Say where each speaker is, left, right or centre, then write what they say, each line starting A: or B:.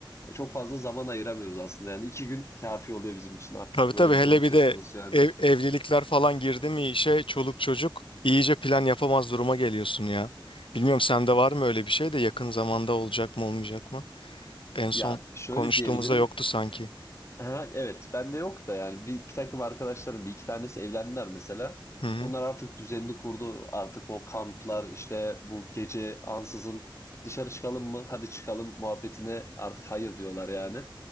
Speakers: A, on the left; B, on the left.
A: e, çok fazla zaman ayıramıyoruz aslında. Yani iki gün kafi oluyor bizim için artık
B: Tabii
A: böyle
B: tabii
A: bir
B: hele
A: durum söz
B: bir de
A: konusu yani.
B: ev- evlilikler falan girdi mi işe çoluk çocuk iyice plan yapamaz duruma geliyorsun ya. Bilmiyorum sende var mı öyle bir şey de yakın zamanda olacak mı olmayacak mı? En
A: Ya
B: son
A: şöyle
B: konuştuğumuzda
A: diyebilirim.
B: yoktu sanki.
A: Ha, evet bende yok da yani bir, bir takım arkadaşlarım bir iki tanesi evlendiler mesela.
B: Hı hı.
A: Onlar artık düzenini kurdu. Artık o kamplar işte bu gece ansızın dışarı çıkalım mı? Hadi çıkalım muhabbetine artık hayır diyorlar yani.